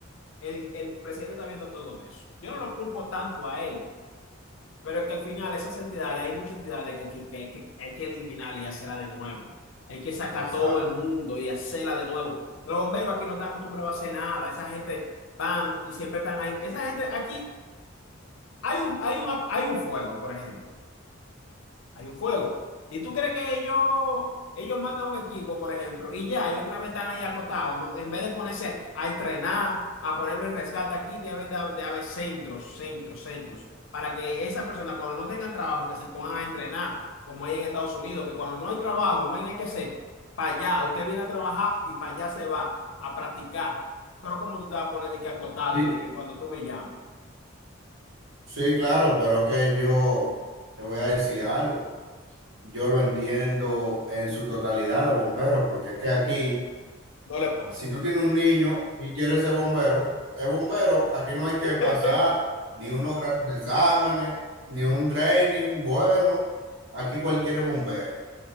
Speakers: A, on the left (about 70°); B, on the right (about 70°).
A: el, el presidente está viendo todo eso. Yo no lo culpo tanto a él. Pero que al final esas entidades, hay muchas entidades que, aquí- que hay que, hay que eliminar y hacerla de nuevo. Hay que sacar
B: Exacto.
A: todo el mundo y hacerla de nuevo. Los bomberos aquí no están acostumbrados a hacer nada. Esa gente van y siempre están ahí. Esa gente aquí, hay un, hay un, hay un fuego, por ejemplo. Hay un fuego. ¿Y tú crees que ellos, ellos mandan un equipo, por ejemplo, y ya, y otra vez están ahí acotados, ¿no? En vez de ponerse a entrenar, a ponerlo en rescate aquí, deben de, de haber centros, centros, centros, para que esas personas, cuando no tengan trabajo, que se pongan a entrenar, como hay en Estados Unidos, que cuando no hay trabajo, no hay nada que hacer, para allá, usted viene a trabajar y para allá se va a practicar. Pero como tú te vas a poner de que acotarte,
B: Sí,
A: de que cuando tú me llames,
B: sí, claro, pero que yo te voy a decir algo. Yo lo entiendo en su totalidad, los bomberos, porque es que aquí
A: no le pago.
B: Si tú tienes un niño y quieres ser bombero, es bombero, aquí no hay que
A: <laughs>
B: pasar ni unos grandes exámenes, ni un training, bueno, aquí cualquiera es bombero.